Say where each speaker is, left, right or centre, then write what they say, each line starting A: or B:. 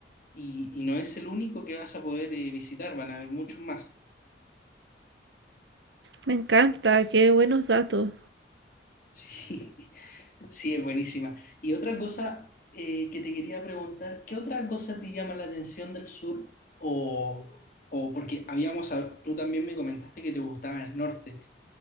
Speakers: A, on the left; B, on the right.
A: y, y no es el único que vas a poder eh, visitar, van a haber muchos más.
B: Me encanta, qué buenos datos.
A: Sí, <laughs> sí, es buenísima. Y otra cosa eh, que te quería preguntar, ¿qué otra cosa te llama la atención del sur? O, o porque habíamos, hab- tú también me comentaste que te gustaba el norte,